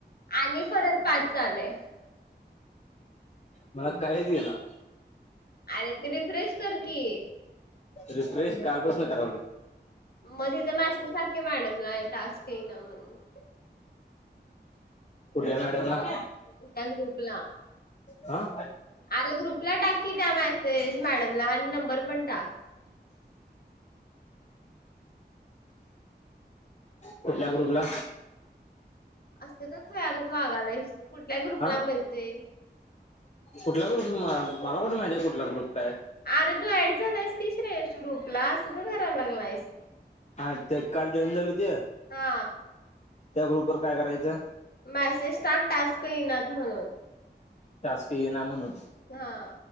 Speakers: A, on the left; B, on the left.
A: आणि परत पाच आलय.
B: मला काहीच येईना
A: अरे ते रिफ्रेश कर की
B: रिफ्रेश कालपासनं कराय लोय.
A: मग तिथं मॅसेज टाक कि मॅडमला टास्क येई ना म्हणून
B: कुठल्या मॅडम ला?
A: त्या ग्रुपला
B: अं
A: अरे ग्रुपला टाक की, त्या मेसेज मॅडमला आणि नंबर पण टाक. <inaudible>
B: कुठल्या ग्रुपला
A: अस का खुळागत वागलायस कुठल्या ग्रुपला
B: हा
A: म्हणजे?
B: कुठला ग्रुप मला कुठ माहिती कुठला ग्रुप काय
A: अरे तू ऍड झाला आहेस की श्रेयश ग्रुपला असं का करायला लागलायस?
B: हा ते काल जॉईन झाल ते
A: हा
B: त्या ग्रुप वर काय करायचं?
A: मॅसेज टाक टास्क येईनात म्हणून
B: टास्क येईना म्हणून,
A: हा